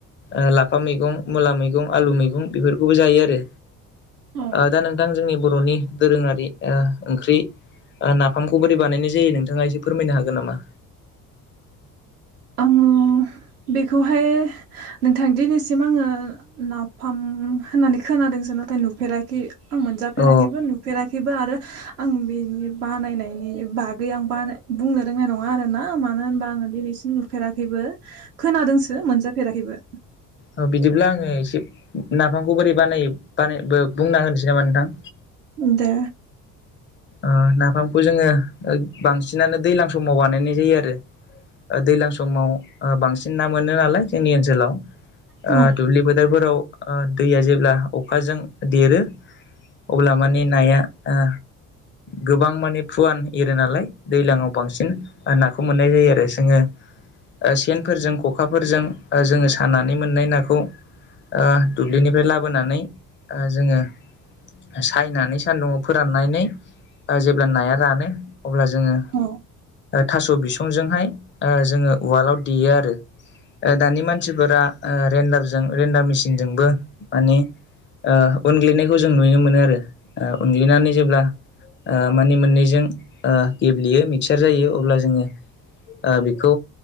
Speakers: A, on the left; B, on the right.
A: ओ लाफा मैगं मुला मैगं आलु मैगं बेफोरखौबो जायो आरो।
B: औ
A: ओ दा नोंथां जोंनि बर'नि दोरोंङारि ओ ओंख्रि ओ नाफामखौ बोरै बानायनाय जायो नोंथांङा एसे फोरमायनो हागोन नामा?
B: आं बेखौहाय नोंथां दिनैसिम आंङो नाफाम होननानै खोनादोंसो नाथाय नुफेराखै। आं मोनजाफेराखैबो
A: अ
B: नुफ फेराखैबो आरो आं बेनि बानायनायनि बागै आं बानाय बुंनो रोंनाय नंङा आरोना ओ मानो होनबा आंङो दिनैसिम नुफेराखैबो खोनादोंसो मोनजाफेराखैबो।
A: औ बिदिब्ला आंङो एसे नाफामखौ बोरै बानायो बानाय बो बुंना होनोसै नामा नोंथां
B: दे
A: ओ नाफामखौ जोंङो ओ बांसिनानो दैलां समाव बानायनाय जायो आरो। ओ दैलां समाव ओ बांसिन ना मोनो नालाय जोंनि ओनसोलाव
B: औ
A: ओ दुब्लि फोथोरफोराव ओ दैया जेब्ला अखाजों देरो अब्ला माने नाया ओ गोबां माने फुवान एरो नालाय दैलांङाव बांसिन ओ नाखौ मोननाय जायो आरो। जोंङो ओ सेनफोरजों खखाफोरजों ओ जोंङो सानानै मोननाय नाखौ ओ दुब्लिनिफ्राय लाबोनानै ओ जोंङो सायनानै सानदुंङाव फोराननानै ओ जेब्ला नाया रानो अब्ला जोङो
B: औ
A: थास' बिसंजोंहाय जोङो उवालाव देयो आरो। ओ दानि मानसिफोरा ओ रेन्डारजों रेन्डार मेसिनजोंबो मानि ओ उनग्लिनायखौ जों नुयो मोनो आरो उनग्लिनानै जेब्ला ओ मानि मोननैजों ओ गेब्लेयो मिक्सार जायो अब्ला जोङो ओ बेखौ